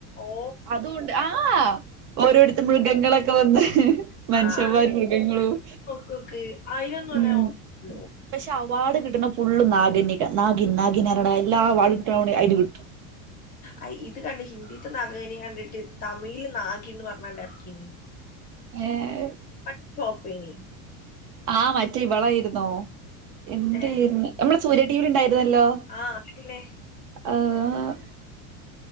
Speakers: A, on the left; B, on the right.
A: ഓ
B: അതൂണ്ട് ആഹ് ഓരോര്ത്ത് മൃഗങ്ങളൊക്കെ വന്ന് ഇഹ് മൻഷ്യന്മാരും
A: ആ അയില്
B: മൃഗങ്ങളും
A: നോക്ക്യോക്ക്. അയിലൊന്നും
B: ഉം.
A: അങ്ങനെ ഓവറില്ലല്ലോ.
B: പക്ഷെ അ വാർഡ് കിട്ട്ണ് ഫുള്ള് നാഗന്യക്ക നാഗി നാഗിന നാരണ എല്ലാ <unintelligible> ഇത് കിട്ടും.
A: അയ് ഇത് കണ്ട് ഹിന്ദി ത്ത നാഗ വല്ലിനെ കണ്ടിട്ട് തമിഴ്ല് നാഗിന്ന് പറഞ്ഞാണ്ട് എർക്കീനി.
B: ഏഹ്
A: <unintelligible>
B: ആ മറ്റേ ഇവളായിരുന്നോ? എന്തേര്ന്ന്
A: ഏഹ്
B: നമ്മളെ സൂര്യ ടീവീല്ണ്ടായി ത് വല്ലോ
A: ആഹ് അതന്നെ.
B: ആഹ്